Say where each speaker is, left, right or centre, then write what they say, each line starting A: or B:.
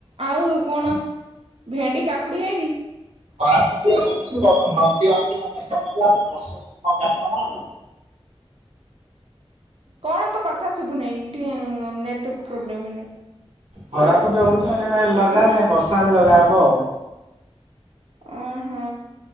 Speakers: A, on the right; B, on the right.
A: ଆଉ କଣ
B: ହଉଛି
A: ଭେଣ୍ଡି କାକୁଡି ହେଇନି?
B: <unintelligible>
A: କଣ ତୁ କଥା ବୁନେଇ ଟିଏ ନେଟ୍ ପ୍ରୋବ୍ଲେମ୍ ହେନେ।
B: ହରା ତ ଯୋ ହଉଚି ଆଉ ଯେବେ ଲଗା ହେଲାଣି ବର୍ଷାରେ ଲଗାହବ ଆଉ।
A: ଉଁ ହୁଁ।